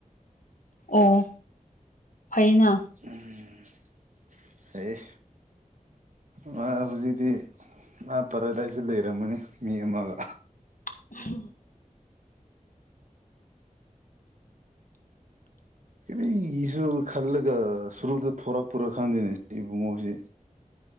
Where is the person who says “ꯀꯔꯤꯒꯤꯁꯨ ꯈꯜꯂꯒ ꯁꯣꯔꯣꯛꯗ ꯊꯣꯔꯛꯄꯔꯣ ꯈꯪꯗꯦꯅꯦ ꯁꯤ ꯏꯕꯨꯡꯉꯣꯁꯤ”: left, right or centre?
Right